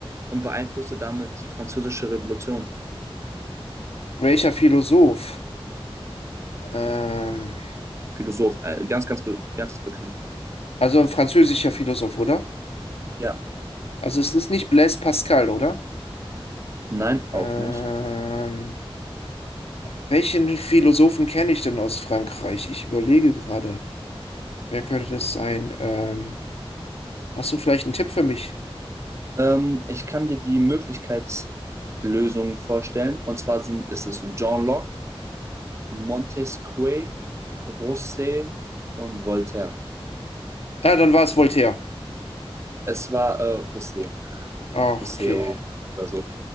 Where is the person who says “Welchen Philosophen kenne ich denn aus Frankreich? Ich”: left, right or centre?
Left